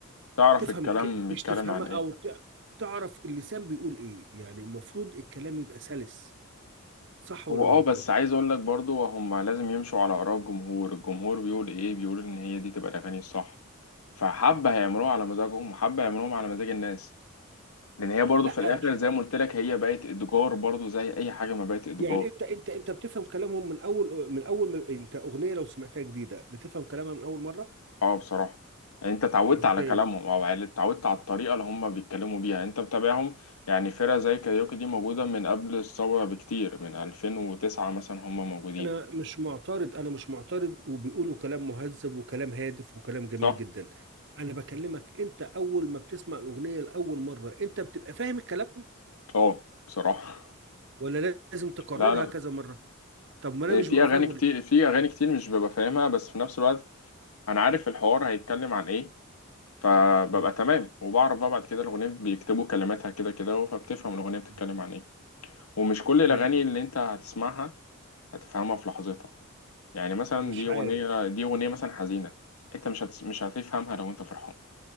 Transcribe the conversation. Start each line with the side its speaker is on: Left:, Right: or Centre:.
Left: تعرف
Right: تفهم
Left: الكلام
Right: الكلمة
Left: بيتكلم
Right: مش تفهمها
Left: عن ايه
Right: أو ت- تعرف اللسان بيقول إيه يعني المفروض الكلام يبقى سلس صح ولا
Left: هو
Right: أنا
Left: اه
Right: غلطان؟
Left: بس عايز اقول لك برضو هم لازم يمشوا على اراء الجمهور الجمهور بيقول ايه بيقول ان هي دي تبقى الاغاني الصح فحبة هيعملوها على مزاجهم وحبة هيعملوهم على مزاج الناس لان هي برضو
Right: لا
Left: في الاخر
Right: مش
Left: زي ما قلت لك هي بقت اتجار برضو زي اي حاجة ما بقت اتجار
Right: يعني انت انت انت بتفهم كلامهم من اول من اول ما انت اغنيه لو سمعتها جديده بتفهم كلامها من اول مره
Left: اه بصراحة يعني انت اتعودت
Right: ازاي
Left: على كلامهم او على- اتعودت على الطريقة اللي هم بيتكلموا بيها انت متابعهم يعني فرقة زي كاريوكي دي موجودة من قبل الثورة بكتير من 2009 مثلا هم موجودين
Right: انا مش معترض انا مش معترض وبيقولوا كلام مهذب وكلام هادف وكلام جميل
Left: صح
Right: جدا انا بكلمك انت اول ما بتسمع الاغنيه لاول مره انت بتبقى فاهم الكلام
Left: اه بصراحة
Right: ولا لازم تكررها
Left: <laughs> لا لا
Right: كذا مره طب ما انا
Left: إيه،
Right: مش
Left: في
Right: ببقى
Left: اغاني
Right: فاهمه
Left: كتير
Right: ليه؟
Left: في اغاني كتير مش ببقى فاهمها بس في نفس الوقت انا عارف الحوار هيتكلم عن ايه فببقى
Right: مم.
Left: تمام وبعرف بقى بعد كده الاغنيه بيكتبوا كلماتها كده كده فبتفهم الاغنيه بتتكلم
Right: مم.
Left: عن ايه ومش كل الاغاني
Right: انا
Left: اللي انت هتسمعها هتفهمها في لحظتها يعني مثلا
Right: مش
Left: دي اغنيه
Right: عارف
Left: دي اغنيه مثلا حزينه انت مش هتس... مش هتفهمها لو انت فرحان